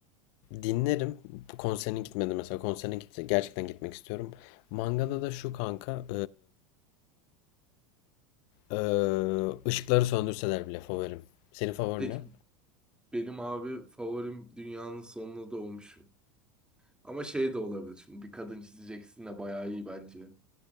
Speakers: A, on the left; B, in the centre.
A: dinlerim. Bu konserine gitmedi mesela. Konserine gitti. Gerçekten gitmek istiyorum. Mangada
B: Hı hı.
A: da şu kanka e, e, ışıkları söndürseler bile favorim. Senin favorin
B: Peki
A: ne?
B: benim abi favorim Dünyanın Sonuna Doğmuşum. Ama şey de olabilir şimdi bir kadın çizeceksin de bayağı iyi bence.